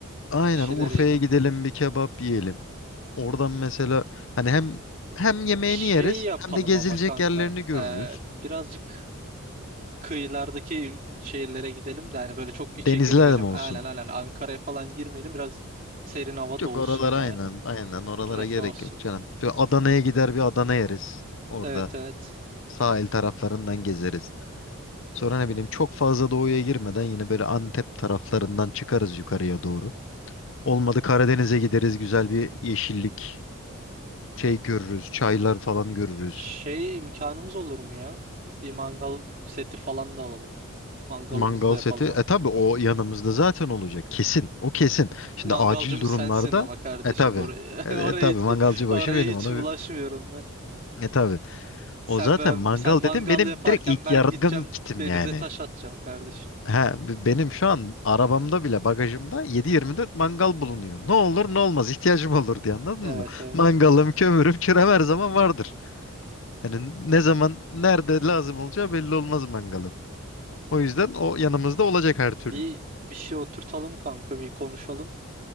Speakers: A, on the left; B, on the right.
A: aynen
B: bir şeyler
A: Urfa'ya
B: yiyelim.
A: gidelim bir kebap yiyelim. Oradan mesela hani hem hem yemeğini
B: Şey
A: yeriz
B: yapalım
A: hem de gezilecek
B: ama kanka
A: yerlerini görürüz.
B: eee, birazcık kıyılardaki il- şehirlere gidelim de hani böyle çok içe
A: Denizler
B: girmeyelim.
A: mi olsun?
B: Aynen aynen Ankara'ya falan girmeyelim biraz serin hava
A: Yok
B: da olsun
A: oralara
B: ya.
A: aynen aynen oralara
B: Refah
A: gerek
B: olsun.
A: yok canım. Şöyle Adana'ya gider bir Adana yeriz orada.
B: Evet evet.
A: Sahil taraflarından gezeriz. Sonra ne bileyim çok fazla doğuya girmeden yine böyle Antep taraflarından çıkarız yukarıya doğru. Olmadı Karadeniz'e gideriz güzel bir yeşillik şey görürüz. Çaylar falan görürüz.
B: Şey imkanımız olur mu ya? Bir mangal seti falan da alalım. Mangalımızı
A: Mangal
B: da yapalım
A: seti. E tabi o yanımızda zaten olacak. Kesin. O kesin. Şimdi
B: Mangalcımız
A: acil durumlarda
B: sensin ama kardeşim
A: e tabi.
B: oraya
A: E,
B: <laughs>
A: e
B: oraya
A: tabi
B: hiç,
A: mangalcı
B: oraya
A: başı benim
B: hiç
A: onu.
B: bulaşmıyorum ben.
A: E tabi.
B: Sen
A: O zaten
B: ve
A: mangal
B: sen mangal
A: dedim benim
B: yaparken
A: direkt ilk
B: ben
A: yardım
B: gideceğim
A: kitim
B: denize
A: yani.
B: taş atacağım kardeşim.
A: Ha, b- benim şu an arabamda bile bagajımda 7-24 mangal bulunuyor. Ne olur ne olmaz ihtiyacım olur diye anladın
B: Evet
A: mı?
B: evet.
A: Mangalım, kömürüm, kürem her zaman vardır. Yani ne zaman nerede lazım olacağı belli olmaz mangalın. O yüzden o yanımızda olacak her türlü.
B: Bir bir şey oturtalım kanka bir konuşalım.